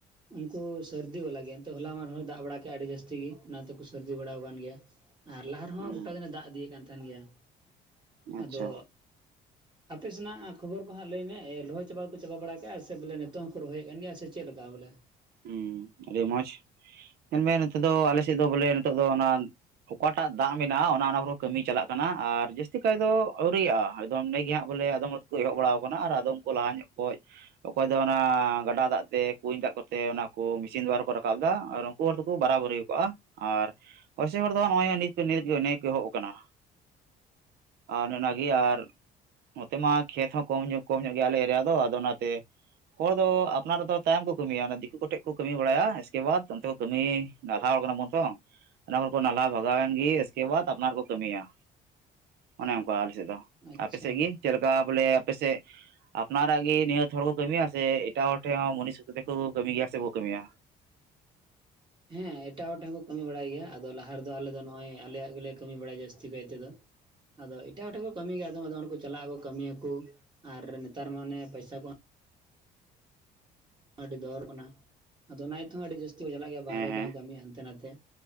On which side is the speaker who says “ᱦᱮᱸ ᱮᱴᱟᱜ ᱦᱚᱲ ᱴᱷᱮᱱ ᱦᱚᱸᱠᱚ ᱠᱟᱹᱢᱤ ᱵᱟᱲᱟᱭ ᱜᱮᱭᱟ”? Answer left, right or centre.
Right